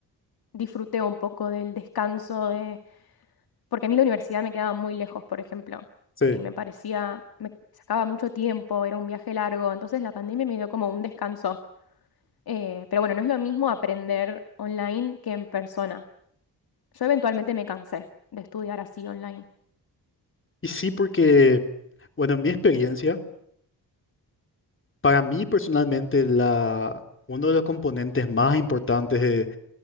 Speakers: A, on the left (about 60°); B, on the left (about 30°).
A: disfruté un poco del descanso de, porque a mí la universidad me quedaba muy lejos, por ejemplo,
B: Sí.
A: y me parecía, me sacaba mucho tiempo, era un viaje largo, entonces la pandemia me dio como un descanso. Eh, pero bueno, no es lo mismo aprender online que en persona. Yo eventualmente me cansé de estudiar así online.
B: Y sí, porque, bueno, en mi experiencia, Para mí personalmente, la, uno de los componentes más importantes de,